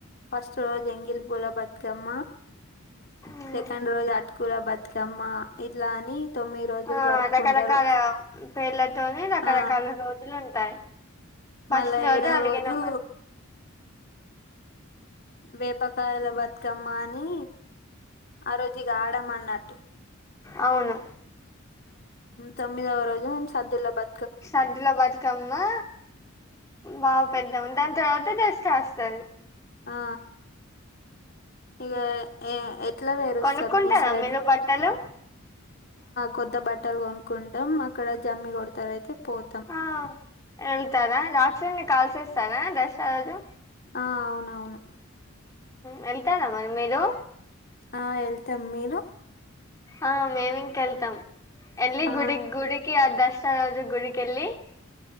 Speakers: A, on the left; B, on the left.
A: ఫస్ట్ రోజు ఎంగిల్ పూల బతుకమ్మ
B: ఉమ్.
A: సెకండ్ రోజు అటుకుల బతుకమ్మ ఇట్లా అని తొమ్మిది రోజులు
B: ఆ
A: జరుపుకుంటారు
B: రకరకాల పేర్లతోనే రకరకాల
A: ఆ
B: రోజులు ఉంటాయి ఫస్ట్
A: మళ్ళా
B: రోజ
A: ఏడో
B: అలాగే
A: రోజు
B: నా
A: వేపకాయల బతుకమ్మ అని ఆ రోజుగా ఆడ అన్నట్టు
B: అవును
A: తమ్మిదవ రోజు మేము సర్ద్యల బా
B: సర్దులో బతికమ్మా బాగా పెద్దాము దాని తర్వాత టెస్ట్ రాస్తుంది
A: ఆ ఇకా ఎట్లా వేరుస్త
B: కొనుక్కుంటారా
A: మీ సైడ్
B: మీరు బట్టలు
A: కొ బట్ట హటలు కొనుకుంటాం అక్కడ జమ్మి కొడతారుయితే పోతాం
B: ఆ వెళ్తారా రాక్షని కాల్సేస్తారా దసరా రోజు
A: ఆ అవునవును
B: వెళ్తారమ్మరి మీరు
A: ఆ వెళ్తాం మీరు
B: ఆ మేమింకా ఏల్తాం ఎల్లి
A: ఆ
B: గుడికి దర్శనం చేసుకుంటాం సరజ గుడికిెళ్లి